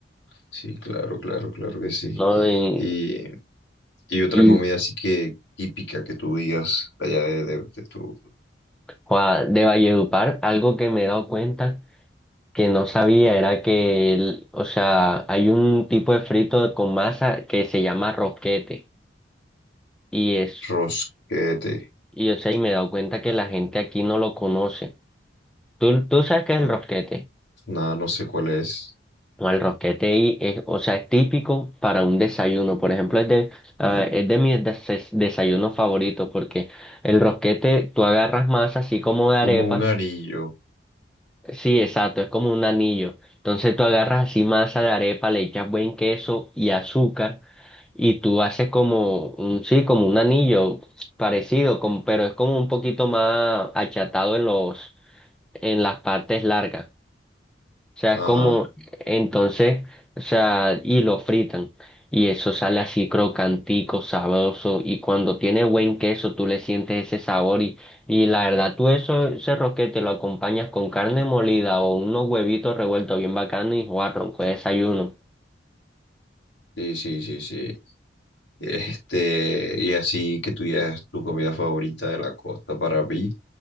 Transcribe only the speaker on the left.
Sí, claro, claro, claro que sí.
Y, y otra
comida así que típica que tú digas allá de, de, de tu
rosquete.
ah,
Nada, no sé cuál es.
Como
un anillo.
Ajá.
Sí, sí, sí, sí. Este, y así que tú ya es tu comida favorita de la costa para mí